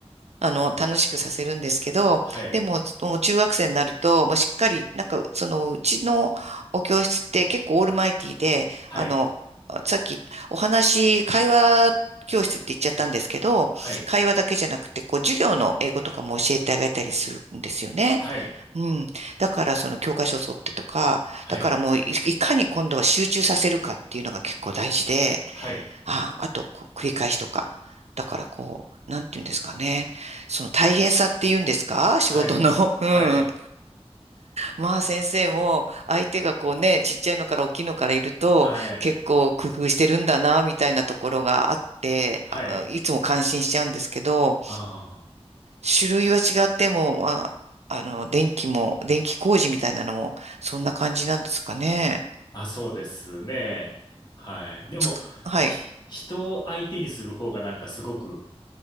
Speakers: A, on the right (about 80°); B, on the left (about 40°).
A: あの、楽しくさせるんですけど、
B: はい。
A: でも、もう中学生になると、もうしっかり、なんか、その、うちのお教室って結構オールマイティーで、
B: はい。
A: あの、さっきお話、会話教室って言っちゃったんですけど、
B: はい。
A: 会話だけじゃなくて、こう、授業の英語とかも教えてあげたりするんですよね。
B: はい。
A: うん。だから、その教科書を沿ってとか、
B: はい。
A: だからもうい、いかに今度は集中させるかっていうのが結構大事で、
B: はい。
A: あ、あと、こう、繰り返しとか。だから、こう、なんて言うんですかね。その大変さって言うんですか <laughs> 仕事の。
B: はい。
A: <laughs> うん。
B: はい。
A: まあ、先生も、相手がこうね、ちっちゃいのから大きいのからいると、
B: はい。
A: 結構工夫してるんだな、みたいなところがあって、
B: はい。
A: あいつも感心しちゃうんですけど、
B: ああ。
A: 種類は違っても、まあ、あの、電気も、電気工事みたいなのも、そんな感じなんですかね。
B: あ、そうですね。はい。でも、
A: つくはい。
B: ひ、人を相手にする方がなんかすごく